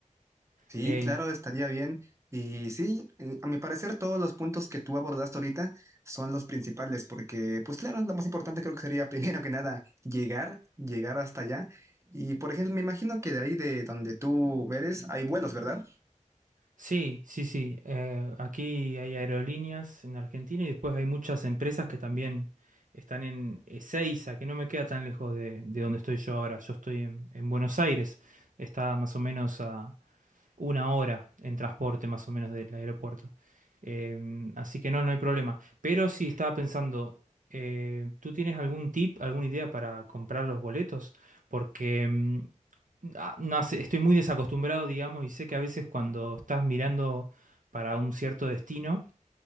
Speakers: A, on the right; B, on the right.
A: Sí,
B: Eh,
A: claro, estaría bien. Y sí, eh, a mi parecer todos los puntos que tú abordaste ahorita son los principales, porque pues claro, lo más importante creo que sería <laughs> primero que nada llegar, llegar hasta allá. Y por ejemplo, me imagino que de ahí de donde tú eres hay vuelos, ¿verdad?
B: Sí, sí, sí. eh, aquí hay aerolíneas en Argentina y después hay muchas empresas que también están en Ezeiza, que no me queda tan lejos de, de donde estoy yo ahora. Yo estoy en, en Buenos Aires. Está más o menos a una hora en transporte más o menos del aeropuerto. Em, así que no, no hay problema. Pero sí, estaba pensando, eh, ¿tú tienes algún tip, alguna idea para comprar los boletos? Porque em, ah, no sé, estoy muy desacostumbrado, digamos, y sé que a veces cuando estás mirando para un cierto destino,